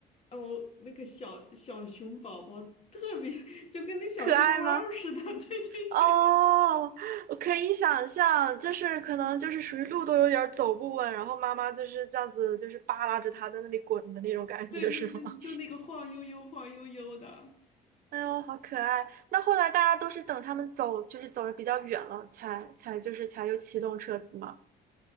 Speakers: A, on the left (about 40°); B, on the right (about 60°).
A: 哦，那个小小熊宝宝特别 <laughs> 就跟那小熊猫似的，
B: 可爱吗？
A: <laughs> 对对对。
B: 哦，我可以想象，就是可能就是属于路都有点儿走不稳，然后妈妈就是这样子，就是扒拉着他在那里滚的那种感觉，
A: 对，那那就那个晃悠悠、
B: 是吗？
A: 晃悠悠的。
B: <laughs> 哎呦，好可爱！那后来大家都是等他们走，就是走的比较远了，才才就是才又启动车子嘛。